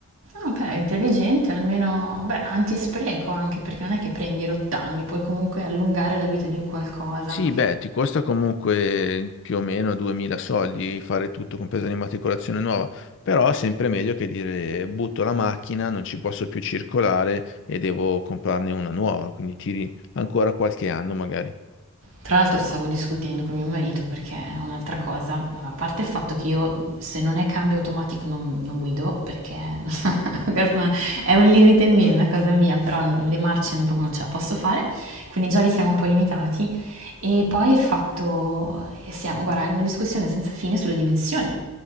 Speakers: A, on the right; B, on the left.
A: No, beh, intelligente, almeno, beh, antispreco anche perché non è che prendi i rottami, puoi comunque allungare la vita di un qualcosa.
B: Sì, beh, ti costa comunque più o meno 2000 soldi fare tutto, compresa l'immatricolazione nuova, però è sempre meglio che dire butto la macchina, non ci posso più circolare e devo comprarne una nuova, quindi tiri ancora qualche anno magari.
A: Tra l'altro stavo discutendo con mio marito perché è un'altra cosa, a parte il fatto che io se non è cambio automatico non, non guido perché <laughs> questo è un limite mio, è una cosa mia, però no, le marce non, proprio non ce la posso fare, quindi già li siamo un po' limitati e poi il fatto, e siamo, guarda, è una discussione senza fine sulle dimensioni,